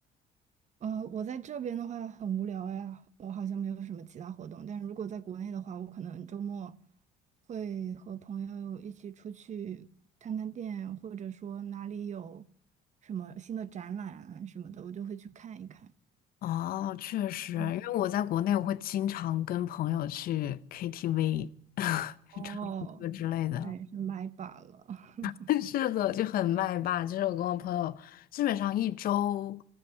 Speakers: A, on the right; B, on the left.
A: 呃，我在这边的话很无聊呀，我好像没有什么其他活动。但如果在国内的话，我可能周末会和朋友一起出去探探店，或者说哪里有什么新的展览啊什么的，我就会去看一看。
B: 哦，确实，因为我在国内，
A: 嗯，
B: 我会经常跟朋友去 KTV，<laughs>
A: 哦，
B: 去唱唱歌之类的。
A: 那也是麦霸了。<laughs>
B: <laughs> 是的，就很麦霸。就是我跟我朋友，基本上一周，